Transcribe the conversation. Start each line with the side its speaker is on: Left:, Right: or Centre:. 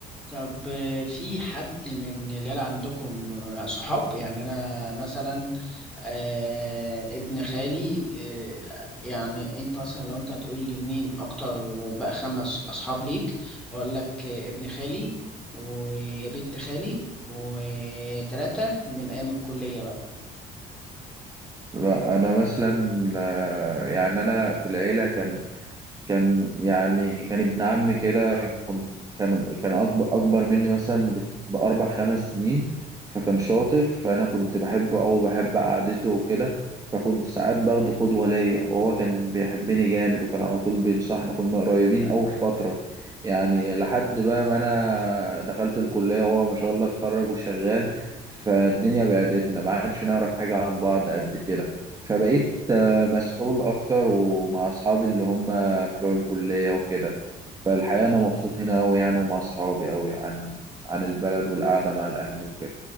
Centre: طب آه، في حد من العيلة عندكم آه، صحاب يعني أنا مثلا آه، ابن خالي آه، يعني أنت مثلا لو أنت هتقول لي مين أكتر بقى خمس أصحاب ليك أقول لك آه، ابن خالي وبنت خالي وتلاتة من أيام الكلية
Right: لا انا مثلا آه، يعني انا في العيله كان كان يعني كان ابن عمي كده كنت كان كان أكبر أكبر مني مثلا ب- بأربع خمس سنين فكان شاطر فأنا كنت بحبه أو بحب قعدته وكده فكنت ساعات باخده قدوة ليا وهو كان بيحبني جامد وكان على طول بينصحني كنا قريبين أوي في فترة يعني لحد بقى ما أنا دخلت الكلية وهو ما شاء الله اتخرج وشغال فالدنيا بعدتنا ما عادش نعرف حاجة عن بعض قد كده فبقيت آه، مسحول أكتر ومع أصحابي اللي هم بتوع الكلية وكده فالحقيقة أنا مبسوط هنا أوي يعني ومع أصحابي أوي عن عن البلد والقعدة مع الأهل وكده